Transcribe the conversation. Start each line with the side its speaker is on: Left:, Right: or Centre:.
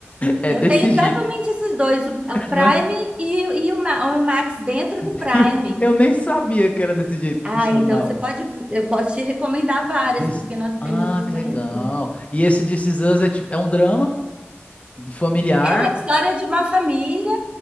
Left: é
Right: eu
Left: desse
Right: tenho exatamente
Left: jeito,
Right: esses dois, o, o Prime
Left: não é?
Right: e, e o, Ma- o Max dentro
Left: <laughs>
Right: do Prime.
Left: Eu, eu nem sabia que era desse jeito que
Right: Ah,
Left: funcionava.
Right: então você pode, eu posso te recomendar várias,
Left: This-
Right: porque nós
Left: Ah,
Right: temos os
Left: que
Right: mesmos.
Left: legal. E esse This Is Us é, tipo, é um drama familiar?
Right: É a história de uma família